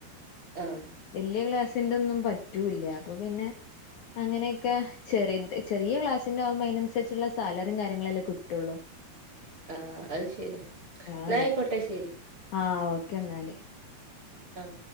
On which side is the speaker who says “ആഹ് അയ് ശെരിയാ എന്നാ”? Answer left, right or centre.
Right